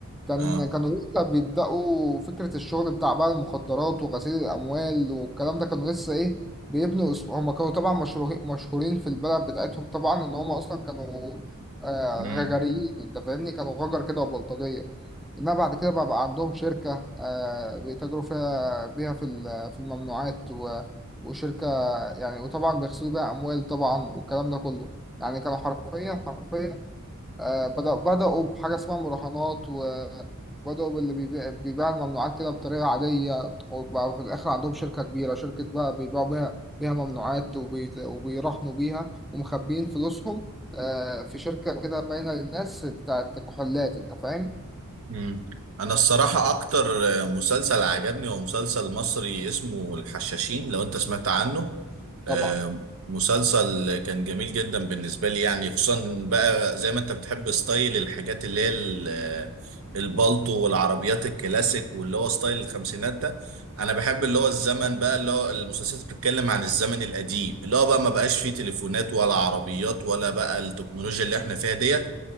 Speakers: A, in the centre; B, on the right (about 65°).
A: كان
B: اه
A: كانوا لسه بيبدأوا فكرة الشغل بتاع بقى المخدرات وغسيل الأموال والكلام ده كانوا لسه إيه بيبنوا أسلو- هما كانوا طبعا مشهورين مشهورين في البلد بتاعتهم طبعا إن هما أصلا كانوا آه
B: امم
A: غجريين أنت فاهمني كانوا غجر كده وبلطجية انما بعد كده بقى, بقى عندهم شركة آه، بيتاجروا فيها بيها في ال- في الممنوعات و- وشركة يعني وطبعا بيغسلوا بيها أموال طبعا والكلام ده كله يعني كانوا حرفيا حرفيا آه، بدأ بدأوا بحاجة اسمها مراهنات و- وبدأوا باللي بيبيع, بيبيع الممنوعات كده بطريقة عادية وبقى في الآخر عندهم شركة كبيرة شركة بقى بيبيعوا بيها بيها ممنوعات وبيت- وبيراهنوا بيها ومخبيين فلوسهم آه، في شركة كده باينة للناس بتاعت كحولات أنت فاهم؟
B: امم انا الصراحة اكتر آه، مسلسل عجبني هو مسلسل مصري اسمه الحشاشين لو انت سمعت عنه آه،
A: طبعا
B: مسلسل كان جميل جدا بالنسبة لي يعني خصوصا بقى زي ما انت بتحب ستايل الحاجات اللي هي ال- آه، البالطو والعربيات الكلاسيك واللي هو ستايل الخمسينات ده انا بحب اللي هو الزمن بقى اللي هو المسلسلات اللي بتتكلم عن الزمن القديم اللي هو بقى ما بقاش فيه تليفونات ولا عربيات ولا بقى التكنولوجيا اللي احنا فيها ديت